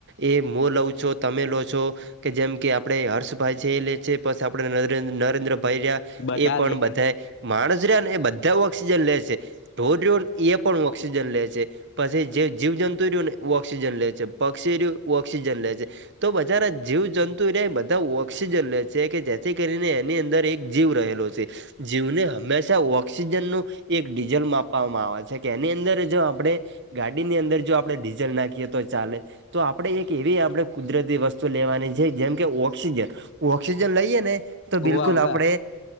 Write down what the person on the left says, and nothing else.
બધા
લે
હોવા
હોવા